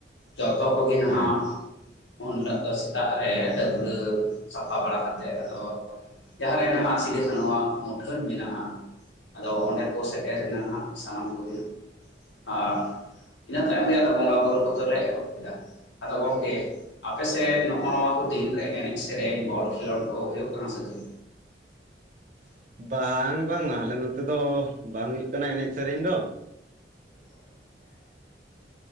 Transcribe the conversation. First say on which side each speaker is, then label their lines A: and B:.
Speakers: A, on the left; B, on the right.
A: ᱡᱚᱛᱚ ᱠᱚᱜᱮ ᱱᱷᱟᱜ,
B: ᱦᱮᱸ
A: ᱩᱱ ᱦᱤᱞᱳᱜ ᱫᱚ, ᱥᱮᱛᱟᱜ ᱨᱮ, ᱰᱟᱹᱵᱨᱟᱹ ᱥᱟᱯᱷᱟ ᱵᱟᱲᱟ ᱠᱟᱛᱮ, ᱛᱮ, ᱟᱫᱚ, ᱡᱟᱦᱟᱸᱨᱮ ᱱᱷᱟᱜ, ᱥᱤᱫᱩ ᱠᱟᱹᱱᱦᱩ, ᱣᱟᱜ ᱢᱩᱴᱷᱟᱹᱱ ᱢᱮᱱᱟᱜᱼᱟ ᱾ ᱟᱫᱚ ᱚᱱᱰᱮ ᱠᱚ, ᱥᱮᱴᱮᱨ ᱮᱱᱟ ᱦᱟᱸᱜ, ᱥᱟᱱᱟᱢ ᱠᱚᱜᱮ, ᱟᱸᱻ
B: ᱦᱩᱸ
A: ᱤᱱᱟᱹ ᱛᱟᱭᱚᱢ ᱜᱮ, ᱟᱫᱚ ᱵᱚᱸᱜᱟ ᱵᱩᱨᱩ, ᱠᱚᱫᱚ ᱞᱮ, ᱮᱦᱚᱵ ᱠᱮᱫᱟ ᱾ ᱟᱫᱚ, ᱜᱚᱝᱠᱮ ᱟᱯᱮ ᱥᱮᱫ, ᱱᱚᱜ ᱱᱚᱣᱟ ᱠᱚ, ᱫᱤᱱ ᱨᱮ ᱮᱱᱮᱜ, ᱥᱮᱨᱮᱧ, ᱵᱚᱞ ᱠᱷᱮᱞᱳᱰ ᱠᱚ, ᱦᱩᱭᱩᱜ ᱠᱟᱱᱟ ᱥᱮ ᱪᱮᱫ?
B: ᱵᱟᱝ, ᱵᱟᱝ ᱾ ᱟᱞᱮ, ᱱᱚᱛᱮ ᱫᱚ, ᱵᱟᱝ ᱦᱩᱭᱩᱜ ᱠᱟᱱᱟ ᱾ ᱮᱱᱮᱜ ᱥᱮᱨᱮᱧ ᱫᱚ ᱾
A: <unintelligible>